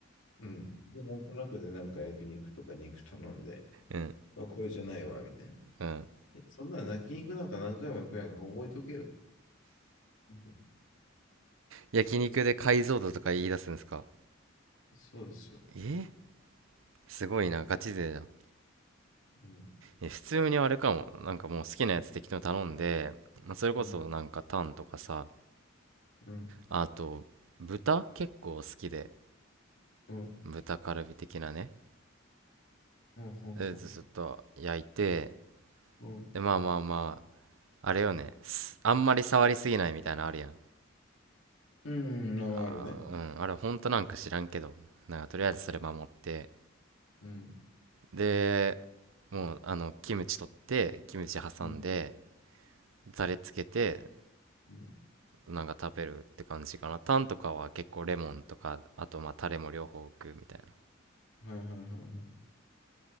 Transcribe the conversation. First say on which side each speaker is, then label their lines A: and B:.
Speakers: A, on the left; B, on the right.
A: うん。で、なんとなくでなんか焼肉とか肉頼んで、
B: うん
A: まあ、これじゃないわ、みたいな。
B: うん
A: えそんなの焼肉なんか何回も行くやんか、覚えとけよ。うん
B: 焼肉で解像度とか言い出すんですか
A: そうですよ。
B: えすごいなガチ勢じゃん
A: うん、
B: え普通にあれかもなんかもう好きなやつ適当に頼んで、まあ、それこそなんかタンとかさ
A: うん、うん、
B: あと豚結構好きで
A: うん、
B: 豚カルビ的なね
A: うん、
B: でずっと焼いて
A: うん、うん、
B: でまあまあまああれよねすあんまり触りすぎないみたいなのあるやん
A: うあるね。
B: あー、うん、あれ本当なんか知らんけど、なんかとりあえずそれ守って、
A: うん、
B: で、もうあのキムチ取ってキムチ挟んで
A: うん、
B: ザレつけて
A: うん
B: なんか食べるって感じかなタンとかは結構レモンとかあとまあタレも両方置くみたい
A: はいはいはいはい。